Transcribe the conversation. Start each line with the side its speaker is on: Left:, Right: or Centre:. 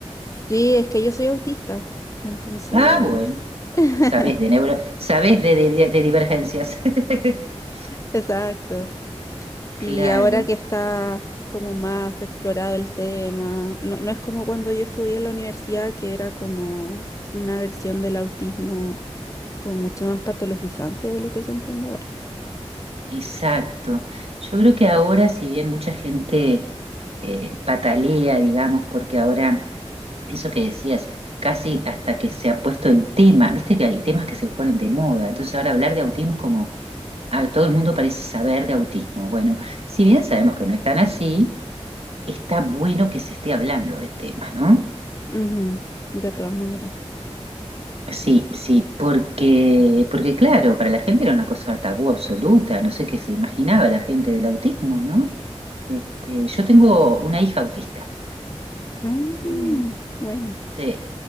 Left: Sí, es que yo soy autista, entonces...
Right: Ah, bueno,
Left: <laughs>
Right: sabes de neuro, sabes de, de- de divergencias. <laughs>
Left: Exacto. Y
Right: Claro.
Left: ahora que está como más explorado el tema, no, no es como cuando yo estudié en la universidad, que era como una versión del autismo como mucho más patologizante de lo que se entiende ahora.
Right: Exacto. Yo creo que ahora, si bien mucha gente eh, patalea, digamos, porque ahora, eso que decías, casi hasta que se ha puesto el tema, viste que hay temas que se ponen de moda, entonces ahora hablar de autismo es como, a todo el mundo parece saber de autismo. Bueno, si bien sabemos que no es tan así, está bueno que se esté hablando del tema, ¿no?
Left: Ujú, De todas maneras.
Right: Sí, sí, porque, porque claro, para la gente era una cosa tabú absoluta, no sé qué se imaginaba la gente del autismo, ¿no? Este, yo tengo una hija autista,
Left: Mm,
Right: eh,
Left: buena.
Right: sí,